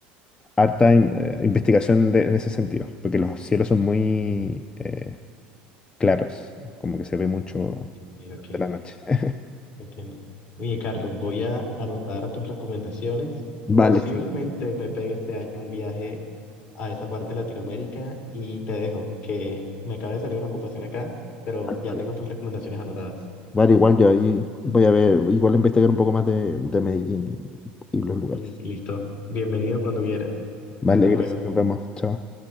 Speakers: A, on the left; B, on the left.
A: harta in- eh, investigación de- en ese sentido, porque los cielos son muy eh, claros, como que se ve mucho
B: Ok, ok.
A: de la noche. <laughs>
B: Entiendo. Oye, Carlos, voy a anotar tus recomendaciones.
A: Vale,
B: Posiblemente
A: sí.
B: me pegue este año un viaje a esa parte de Latinoamérica y te dejo, que me acaba de salir una ocupación acá, pero
A: Vale,
B: ya tengo tus recomendaciones anotadas.
A: Vale, igual yo ahí voy a ver, igual investigar un poco más de, de Medellín y, y los lugares.
B: Mm, Listo. Bienvenido cuando quieras.
A: Vale,
B: Hasta
A: gracias,
B: luego.
A: nos vemos, chao.